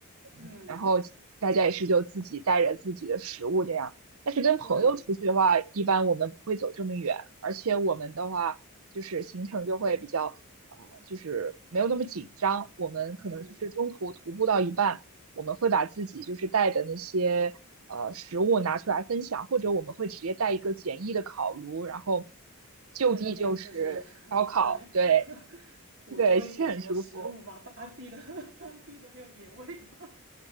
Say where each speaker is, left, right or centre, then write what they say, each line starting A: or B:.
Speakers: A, on the right; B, on the right.
A: 嗯然后大家也是就自己带着自己的食物这样，
B: 嗯，
A: 但是跟朋友出去的话，
B: 对，
A: 一般我们不会走这么远，而且我们的话就是行程就会比较。啊呃就是没有那么紧张。我们可能就是中途徒步到一半，
B: 嗯。
A: 我们会把自己就是带的那些呃食物拿出来分享，或者我们会直接带一个简易的烤炉，然后就地就是烧烤，
B: 在那边就是 <laughs> 对
A: 对
B: <laughs> 捕捉一点什么食物嘛。
A: 对，是很舒服。
B: 当地的 <laughs> 当地的那种野味吗？